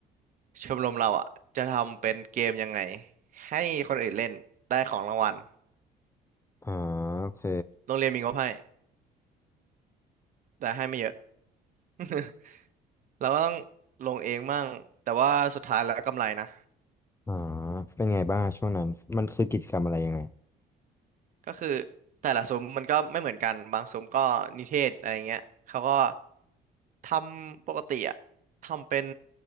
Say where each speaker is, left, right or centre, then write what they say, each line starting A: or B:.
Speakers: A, on the right; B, on the left.
A: ชมรมเราอ่ะจะทำเป็นเกมยังไงให้คนอื่นเล่นได้ของรางวัล
B: อ่าโอเค
A: โรงเรียนมีงบให้แต่ให้ไม่เยอะ <laughs> เราก็ต้องลงเองมั่งแต่ว่าสุดท้ายแล้วกำไรนะ
B: อ่าเป็นไงบ้างช่วงนั้นมันคือกิจกรรมอะไรยังไง
A: ก็คือแต่ละซุ้มมันก็ไม่เหมือนกันบางซุ้มก็นิเทศอะไรเงี้ยเขาก็ทำปกติอะทำเป็น